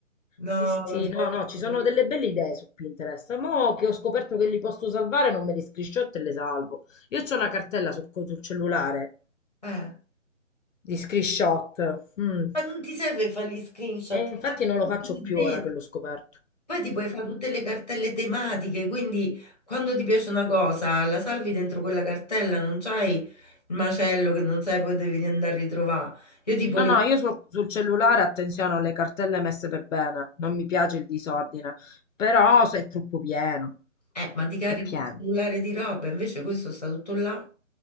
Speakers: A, on the left; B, on the left.
A: No,
B: Sì, sì,
A: vabbè.
B: no, no, ci sono delle belle idee su Pinterest. Mo' che ho scoperto che li posso salvare, non me li screenshot e le salvo. Io c'ho una cartella sul, co- sul cellulare
A: Eh.
B: di screenshot. mm,
A: Ma non ti serve fare gli screenshot,
B: E infatti
A: ti serve
B: non
A: tutto
B: lo faccio
A: lì
B: più
A: dentro.
B: ora che l'ho scoperto.
A: Poi ti puoi fare tutte le cartelle tematiche, quindi quando ti piace una cosa, la salvi dentro quella cartella, non c'hai il macello che non sai poi devi andare a ritrovare. Io tipo le...
B: No, no, io sul, sul cellulare attenzione, ho le cartelle messe per bene. Non mi piace il disordine, però se è troppo pieno.
A: Eh, ma ti carichi
B: È pieno.
A: il cellulare di roba, invece questo sta tutto là.